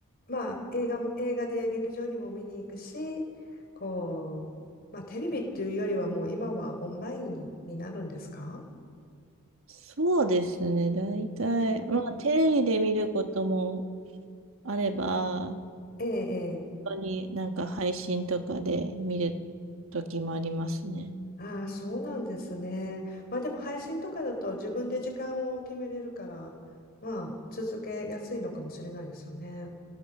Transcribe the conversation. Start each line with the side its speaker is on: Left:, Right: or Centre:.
Left: まあ映画も、映画で劇場にも見に行くし、こう、まあテレビっていうよりはもう今はオンラインに、なるんですか
Right: そうですね。大体、
Left: うん。
Right: まあ、テレビで見ることもあれば、
Left: え、ええ。
Right: 本当になんか配信とかで見る時もありますね。
Left: ああ、そうなんですね。まあでも配信とかだと自分で時間を決めれるから、まあ続けやすいのかもしれないですよね。